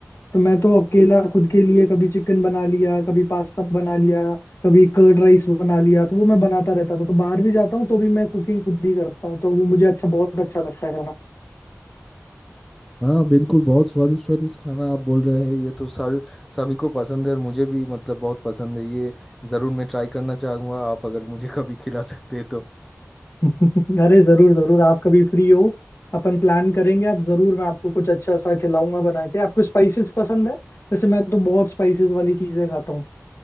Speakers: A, on the left; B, in the centre.
A: तो मैं तो अकेला खुद के लिए कभी चिकन बना लिया कभी पास्ता बना लिया कभी कर्ड राइस बना लिया तो वो मैं बनाता रहता था तो बाहर भी जाता हूँ तो भी मैं कुकिंग खुद ही करता हूँ तो वो मुझे अच्छा बहुत अच्छा लगता है करना
B: हाँ बिल्कुल बहुत स्वादिष्ट स्वादिष्ट खाना आप बोल रहे हैं ये तो सारे सभी को पसंद है और मुझे भी मतलब बहुत पसंद है ये ज़रूर मैं ट्राई करना चाहूँगा आप अगर मुझे कभी खिला सकते हैं तो
A: <laughs> अरे जरूर जरूर आप कभी फ्री हो अपन प्लान करेंगे आप जरूर मैं आपको कुछ अच्छा सा खिलाऊंगा बना के आपको स्पाइसेस पसंद है जैसे मैं तो बहुत स्पाइसेस वाली चीजें खाता